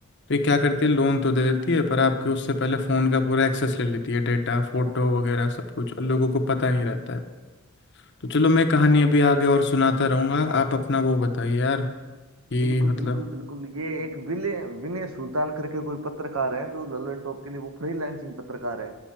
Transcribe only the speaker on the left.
ये क्या करती है लोन तो दे देती है पर आपके उससे पहले फ़ोन का पूरा एक्सेस ले लेती है डेटा फोटो वगैरह सब कुछ और लोगों को पता नहीं रहता है तो चलो मैं कहानी अभी आगे और सुनाता रहूंगा आप अपना वो बताइए यार कि
मतलब